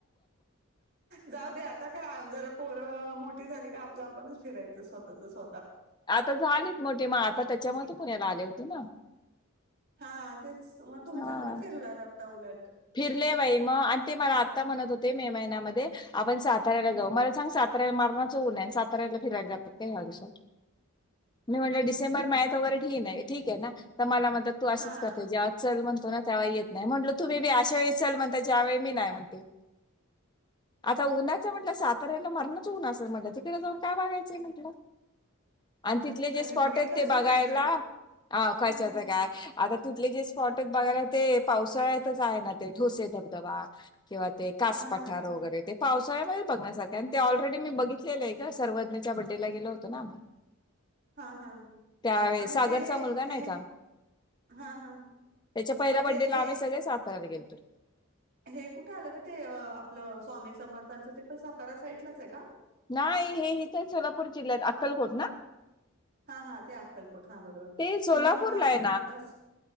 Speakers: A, on the right (about 50°); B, on the left (about 20°).
A: जाऊ दे, आता काय जरा पोरं मोठी झाली का आपलं आपणच फिरायचं स्वतःच स्वतः
B: आता झालेत मोठे, मग आता त्याच्यामध्ये पुण्याला आले होते ना.
A: हा तेच मग तुम्ही
B: हा
A: चांगलं फिरलात, आत्ता उलट.
B: फिरले बाई मग आणि ते मला आता म्हणत होते. मे महिन्यामध्ये आपण साताऱ्याला
A: हं,
B: जाऊ, मला सांग साताऱ्याला मरणारच ऊनय. साताऱ्याला फिरायला जात <unintelligible> ह्य दिवसात. मी म्हटलं, डिसेंबर महिन्यात वगैरे ठीन ठीके ना तर मला म तू अशीच
A: हां,
B: कर जेव्हा चल म्हणतो ना तेव्हा येत नाही म्हटलं तुम्ही बी मी चल म्हणतोय ज्या वळी मी नाही म्हणते. आता उन्हाच म्हणल्यावर साताऱ्या मरणाच ऊन असेल मनल. तिकडे जाऊन काय बगायचंय म्हटलं. आणि तिथले जे
A: त्यांनी
B: स्पॉट
A: बघितलं
B: आहेत ते
A: असेल
B: बघायला.
A: काहीतरी.
B: हा कशाच
A: हां,
B: काय आता तिथले जे स्पॉट आहेत बघायला ते पावसाळ्यातच आहे ना ते ठोसे धबधबा किंवा ते कास
A: हां, हां,
B: पठार
A: हां,
B: वगैरे. ते पाऊस <unintelligible> बघण्यासारख आणि ते ऑलरेडी मी बघितलेलंय ग. सर्वज्ञच्या बडेला गेल होतो ना आम्ही.
A: हां, हां.
B: त्यावेळेस,
A: आणि
B: सागरचा
A: ते हे
B: मुलगा नाही
A: हे
B: का?
A: हां, हां.
B: त्याच्या पहिल्या
A: मग
B: बड्डे
A: ते
B: ला
A: हे
B: आम्ही सगळे साताऱ्याला गेलतो.
A: हे कुठे आलं ग ते? आपलं स्वामी समर्थांचं, ते पण सातारा साईटलाच आहे का?
B: नाही हे इथ सोलापूर जिल्ह्यात. अक्कलकोट ना?
A: हा हा. ते अक्कलकोट हा बरोबर
B: ते सोलापूरला
A: मी जाऊन आले
B: आहे
A: ना आत्ताच.